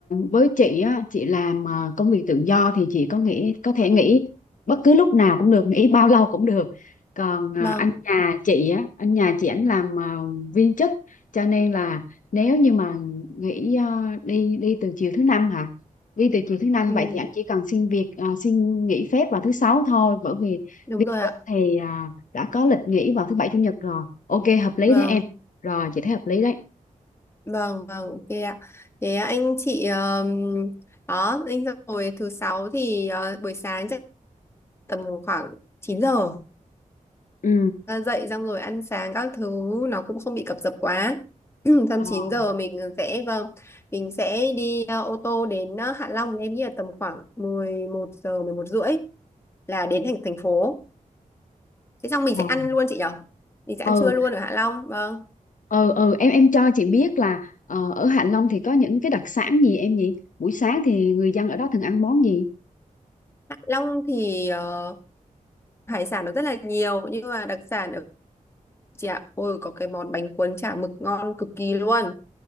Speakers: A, on the left; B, on the left.
A: với chị á chị làm ờ, công việc tự do thì chị có nghĩ có thể nghỉ bất cứ lúc nào cũng được nghỉ bao lâu cũng được còn ờ,
B: vâng
A: anh nhà chị á anh nhà chị ảnh làm ờ, viên chức cho nên là nếu như mà nghỉ ờ, đi đi từ chiều thứ năm hả đi từ chiều thứ năm
B: ừ,
A: vậy thì anh chỉ cần xin việc ờ, xin nghỉ phép vào thứ sáu thôi bởi vì
B: đúng
A: viên
B: rồi ạ
A: chức thì ờ, đã có lịch nghỉ vào thứ bảy chủ nhật rồi ok hợp lý
B: vâng
A: đấy em rồi chị thấy hợp lý đấy
B: vâng vâng ok ạ thế anh chị ờm, đó anh rồi thứ sáu thì ờ, buổi sáng chắc tầm khoảng chín giờ
A: Ừ,
B: Ờ, dậy xong rồi ăn sáng các thứ nó cũng không bị cập dập quá <clears throat> xong
A: rồi,
B: 9 giờ mình sẽ vâng mình sẽ đi ờ, ô tô đến ờ, Hạ Long em nghĩ là tầm khoảng 11 giờ 11 rưỡi là đến thành thành phố thế xong mình
A: rồi.
B: sẽ ăn luôn chị nhở mình sẽ
A: Ừ,
B: ăn trưa luôn ở Hạ Long vâng
A: ừ, ừ, em em cho chị biết là ờ, ở Hạ Long thì có những cái đặc sản gì em nhỉ? Buổi sáng thì người dân ở đó thường ăn món gì?
B: Hạ Long thì ờ, hải sản nó rất là nhiều nhưng mà đặc sản ở chị ạ ôi có cái món bánh cuốn chả mực ngon cực kỳ luôn